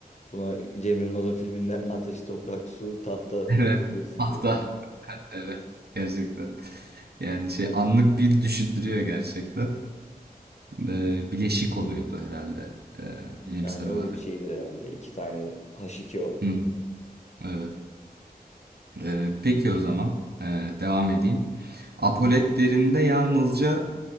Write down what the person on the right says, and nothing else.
<laughs> Evet.
Hatta
<laughs> evet gerçekten. Yani şey anlık bir düşündürüyor gerçekten. E, bileşik oluyordu herhalde e, bilimsel
olarak.
Hı, evet. Ee, peki o zaman ee, devam edeyim. Apoletlerinde yalnızca